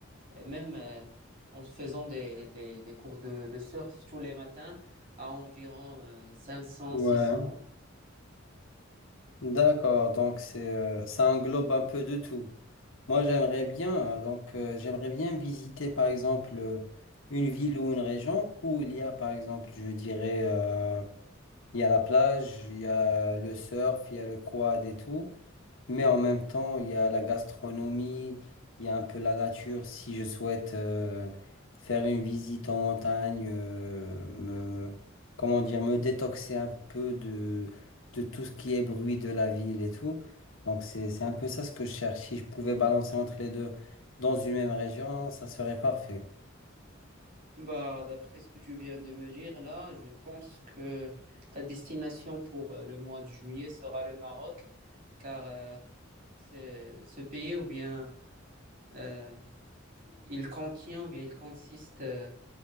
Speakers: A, on the right; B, on the left.
A: et même euh, en faisant des, des, des cours de, de surf tous les matins à environ euh, cinq cents,
B: Ouais.
A: six cents.
B: D'accord, donc c'est euh, ça englobe un peu de tout. Moi, j'aimerais bien euh, donc euh, j'aimerais bien visiter par exemple euh, une ville ou une région où il y a par exemple, je dirais euh, il y a la plage, il y a le surf, il y a le quad et tout. Mais en même temps, il y a la gastronomie, il y a un peu la nature. Si je souhaite euh, faire une visite en montagne, euh, me, comment dire, me détoxer un peu de, de tout ce qui est bruit de la ville et tout. Donc c'est, c'est un peu ça ce que je cherche. Si je pouvais balancer entre les deux dans une même région, ça serait parfait.
A: Bah, d'après ce que tu viens de me dire, là, je pense que ta destination pour euh, le mois de juillet sera le Maroc, car euh, c'est ce pays ou bien euh, il contient, ou bien il consiste, euh,